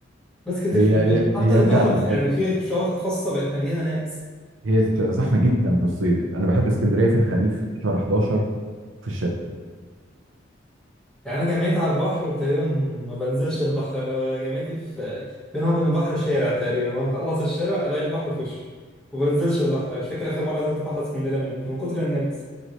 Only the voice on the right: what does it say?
هي
هي
هي
فعلا
هي بتبقى زحمه جدا في الصيف انا بحب اسكندريه في الخريف شهر 11 في الشتاء